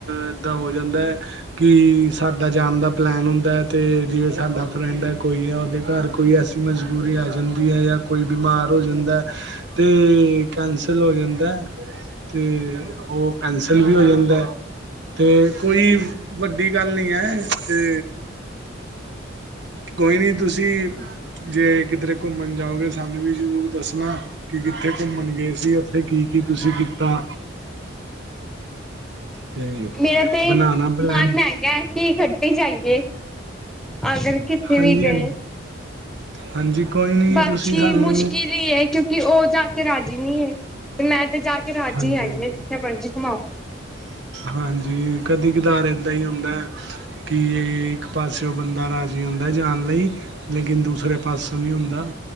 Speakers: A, on the right; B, in the centre.
A: ਇੱਦਾਂ ਹੋ ਜਾਂਦੈ ਕਿ, ਸਾਡਾ ਜਾਣ ਦਾ ਪਲੈਨ ਹੁੰਦਾ ਹੈ ਤੇ, ਜਿਵੇਂ ਸਾਡਾ ਫਰੈਂਡ ਹੈ ਕੋਈ ਹੈ ਉਹਦੇ ਘਰ ਕੋਈ ਐਸੀ ਮਜ਼ਬੂਰੀ ਆ ਜਾਂਦੀ ਆ, ਯਾ ਕੋਈ ਬਿਮਾਰ ਹੋ ਜਾਂਦਾ ਤੇ ਕੈਂਸਲ ਹੋ ਜਾਂਦੈ, ਤੇ ਉਹ ਕੈਂ ਕੈਂਸਲ ਵੀ ਹੋ ਜਾਂਦੈ, ਤੇ ਕੋਈ ਵੱਡੀ ਗੱਲ ਨਹੀਂ ਐ ਅਤੇ ਕੋਈ ਨਹੀ ਤੁਸੀਂ, ਜੇ ਕਿਧਰੇ ਘੁੰਮਣ ਜਾਓਗੇ ਸਾਨੂੰ ਵੀ ਜ਼ਰੂਰ ਦੱਸਣਾ। ਕੀ ਕਿੱਥੇ ਘੁੰਮਣ ਗਏ ਸੀ, ਉੱਥੇ ਕੀ-ਕੀ ਤੁਸੀਂ ਕੀਤਾ।
B: <inaudible>
A: ਤੇ
B: ਮੇਰਾ ਤੇ,
A: ਬਣਾਣਾ ਪਲੈਨ
B: ਮਨ ਹੈਗਾ ਕੀ ਇਕੱਠੇ ਜਾਈਏ, ਅਗਰ ਕਿੱਥੇ
A: ਹਾਂਜੀ
B: ਵੀ ਗਏ।
A: ਹਾਂਜੀ ਹਾਂਜੀ, ਕੋਈ ਨੀ
B: ਬਾਕੀ
A: ਤੁਸੀਂ ਸਾਨੂੰ
B: ਮੁਸ਼ਕਿਲ ਈ ਏ, ਕਿਉਂਕਿ ਉਹ ਜਾ ਰਾਜੀ ਨੀ ਹੈ, ਤੇ ''ਮੈਂ ਤੇ ਜਾਕੇ ਰਾਜੀ
A: ਹਾਂਜੀ
B: ਆਈ
A: ਹਾਂਜੀ
B: ਹਾ, ਜਿੱਥੇ ਮਰਜ਼ੀ ਘੁਮਾਓ।
A: ਹਾਂਜੀ, ਕਦੀ-ਕਦਾਰ ਏਦਾਂ ਹੀ ਹੁੰਦਾ। ਕਿ, ਇਹ ਇੱਕ ਪਾਸਿਓ ਬੰਦਾ ਰਾਜੀ ਹੁੰਦਾ ਜਾਣ ਲਈ ਲੇਕਿਨ ਦੂਸਰੇ ਪਾਸੇਓ ਨਹੀਂ ਹੁੰਦਾ।